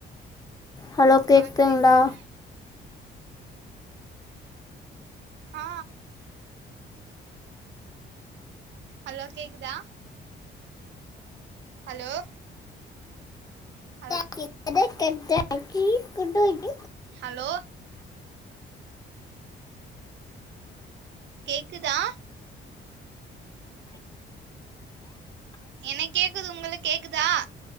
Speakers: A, on the left; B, on the right.
A: ஹலோ கேக்துங்ளா
B: ஆ கேக்குதுங்க ஆ ஹலோ கேக்குதா ஹலோ ஹல்
A: <inaudible>
B: ஹலோ கேக்குதா எனக் கேக்குது உங்களுக் கேக்குதா